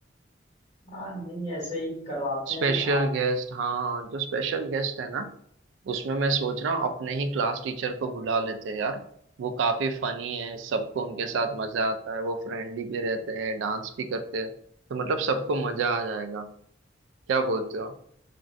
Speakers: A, on the left (about 35°); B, on the right (about 80°).
A: हाँ नहीं ऐसे ही करवाते
B: स्पेशल
A: हैं आप
B: गेस्ट हाँ जो स्पेशल गेस्ट है ना उसमें मैं सोच रहा हूँ अपने ही क्लास टीचर को बुला लेते हैं यार वो काफी फनी है सबको उनके साथ मजा आता है वो फ्रेंडली भी रहते हैं डांस भी करते हैं तो मतलब सबको मजा आ जाएगा क्या बोलते हो